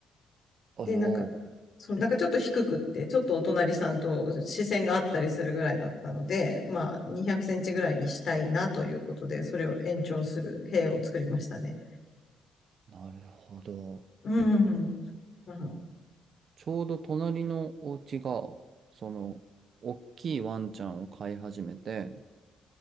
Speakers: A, on the right; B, on the left.
A: あよー、
B: で、なんか、そう、なんかちょっと低くって、ちょっとお隣さんと視線があったりするぐらいだったので、まあ、200センチぐらいにしたいなということで、
A: うん
B: それを延長する塀を作りましたね。
A: なるほど。
B: うん。うん
A: ちょうど隣のお家が、その、大きいワンちゃんを飼い始めて、